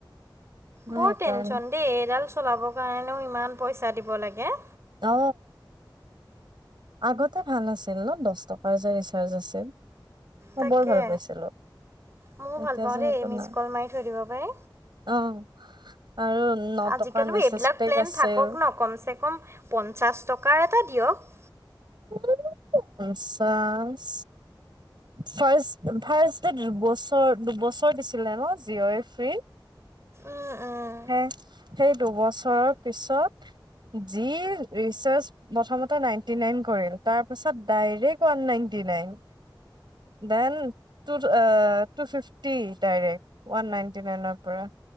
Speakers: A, on the right (about 35°); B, on the right (about 65°).
A: বৰ
B: সেইকাৰণে
A: টেনচন দেই এইডাল চলাবৰ কাৰণেও ইমান পইচা দিব লাগে।
B: অঁ। আগতে ভাল আছিল ন, দছ টকাৰ যে ৰিচাৰ্জ আছিল। মই
A: তাকে
B: বৰ ভাল পাইছিলো,
A: ময়ো
B: এতিয়া
A: ভাল পাওঁ
B: যে
A: দেই
B: সেইটো
A: মিছ
B: নাই।
A: কল মাৰি থৈ দিব পাৰি।
B: অঁ আৰু ন
A: আজিকালিও
B: টকাৰ মেছেজ
A: এইবিলাক
B: পেক
A: প্লেন
B: আছিল।
A: থাকক ন কমচে কম পঞ্চাছ টকাৰ এটা দিয়ক।
B: উম পঞ্চাছ ফাৰ্ষ্ট ফাৰ্ষ্ট তে দুবছৰ দুবছৰ দিছিলে ন জিঅ'ই ফ্ৰী?
A: উম উম।
B: হে সেই দুবছৰৰ পিছত যি ৰিচাৰ্জ প্ৰথমতে নাইনটি নাইন কৰিল, তাৰপিছত direct one ninety nine. Then two অ two fifty direct one ninety নাইনৰ পৰা,